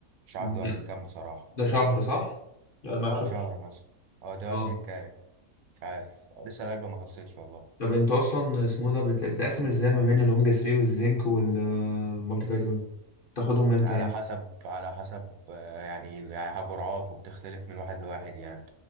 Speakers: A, on the right (about 80°); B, on the left (about 45°).
A: مش عارف دلوقتي
B: ده
A: بكام بصراحة
B: ده شهر صح لا معاك
A: اه
B: شهر
A: شهر مثلا اه دلوقتي
B: اه
A: بكام مش عارف لسه العلبة ما خلصتش والله
B: طب انتوا اصلا اسمه ده بت... بتقسم ازاي ما بين الاوميجا 3 والزنك والمالتي فيتامين تاخدهم امتى
A: على
B: يعني
A: حسب على حسب آه، يعني يعني جرعات وبتختلف من واحد لواحد يعني